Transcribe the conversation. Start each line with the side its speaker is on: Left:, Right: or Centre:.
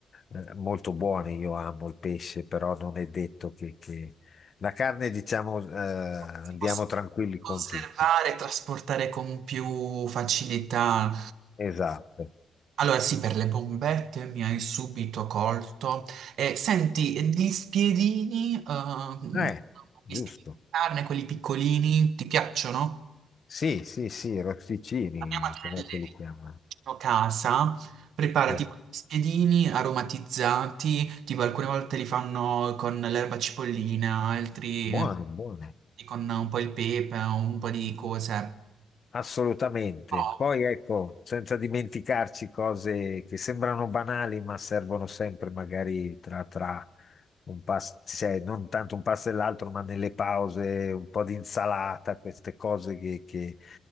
Left: eh, molto buone. Io amo il pesce, però non è detto che... che- La carne, diciamo, eh, andiamo
Right: si possa
Left: tranquilli
Right: conservare
Left: con tutti.
Right: e trasportare con più facilità?
Left: Esatto.
Right: Allora, sì, per le bombette mi hai subito colto. E senti, e gli spiedini, uh,
Left: Eh, giusto.
Right: gli spiedini di carne, quelli piccolini, ti piacciono?
Left: Sì, sì, sì, rosticini,
Right: Andiamo a
Left: come
Right: prendere
Left: se li chiamano.
Right: vicino casa, prepara
Left: Sì.
Right: tipo dei spiedini aromatizzati, tipo alcune volte li fanno con l'erba cipollina, altri
Left: Buone, buone.
Right: con un po' il pepe, un po' di cose.
Left: Assolutamente.
Right: Oh,
Left: Poi ecco, senza dimenticarci cose che sembrano banali, ma servono sempre magari tra, tra un pasto, cioè non tanto un pasto e l'altro, ma nelle pause, un po' di insalata, queste cose che, che,